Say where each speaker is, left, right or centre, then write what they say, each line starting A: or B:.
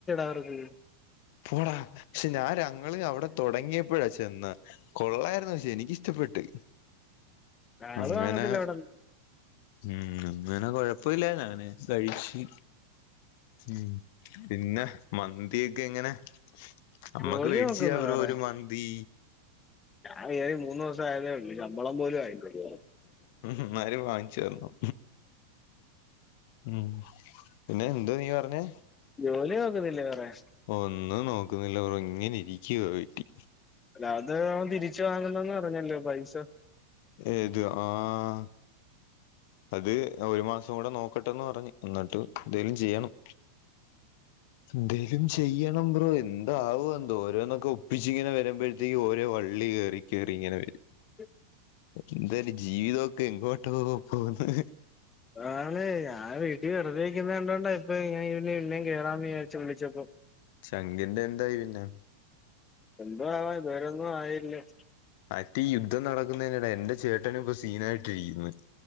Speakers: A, on the left (about 20°); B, on the left (about 50°).
A: അതേ.
B: പോടാ പക്ഷെ ഞാൻ ഞങ്ങള് അവിടെ തൊടങ്ങിയപ്പഴാ ചെന്ന്. കൊള്ളായിര്ന്നു പക്ഷേ എനിക്കിഷ്ടപ്പെട്ട്.
A: ആള്
B: അങ്ങനെ
A: വാങ്ങത്തില്ല അവിടൊന്നും
B: ഉം അങ്ങനെ കൊഴ്പ്പല്ല്യരിന്ന് ഞാന് കഴിച്ച് ഉം പിന്നെ മന്തിക്കെങ്ങനെ അമ്മക്ക്
A: ജോലി
B: വേട്ച്ച്താവരൊരു
A: നോക്കുന്നു വേറെ
B: ഒരു മന്തി.
A: ഞാൻ കയറി മൂന്ന് ദിവസം ആയതേള്ളു ശമ്പളം പോലും ആയിട്ടില്ല ഇതുവരേ
B: എന്നാലുംവാങ്ങിച്ചരണം. ഉം പിന്നെ എന്തുയീ പർഞ്ഞേ?
A: ജോലി നോക്കുന്നില്ല വേറെ
B: ഒന്നും നോക്കുന്നില്ലബ്രോ ഇങ്ങനെ ഇരിക്കുവ വീട്ടി.
A: ലാത് അവൻ തിരിച്ചു വാങ്ങ്ന്നന്ന് പറഞ്ഞല്ലോ പൈസ
B: ഏത് ആഹ്.. അത് ഒരു മാസം കൂടെ നോക്കട്ടെന്ന് പറഞ്ഞ് എന്നിട്ട് എന്തേലും ചെയ്യണം. എന്തേലും ചെയ്യണം ബ്രോ എ എന്താവോഎന്തോ ഓരോന്നൊക്കെ ഒപ്പിച്ച് ങ്ങനെ വരുമ്പോഴ്ത്തേക്കും ഓരോ വള്ളി കേറി കേറി ഇങ്ങനെ വരും.
A: <inaudible>
B: എന്താലെ ജീവിതോക്കെ എങ്ങോട്ടോ പോവ്ന്ന്.
A: ആണ് ഞൻ വീട്ടിൽ വെറുതെയിര്ക്ക്ണ കണ്ടോണ്ടാ ഇപ്പൊ ഞാൻ ഇന്നേം കേറാന്ന് വിചാര്ച് വിളിച്ചപ്പം
B: ചങ്കിന്റെ എന്തായ് പിന്നെ.
A: എന്തോവാൻ ഇതുവരൊന്നും ആയില്ല.
B: അടി യുദ്ധം നടക്കുന്നതിനിടെ എന്റെ ചേട്ടനും ഇപ്പം സീനായിട്ടിരിക്ക്ന്ന്.